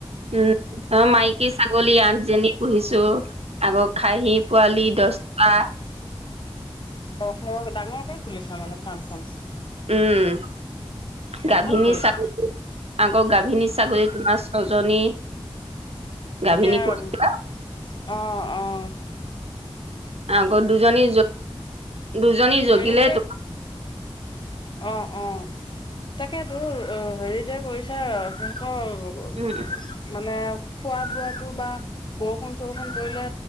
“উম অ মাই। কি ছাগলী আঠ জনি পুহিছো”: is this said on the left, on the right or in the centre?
Right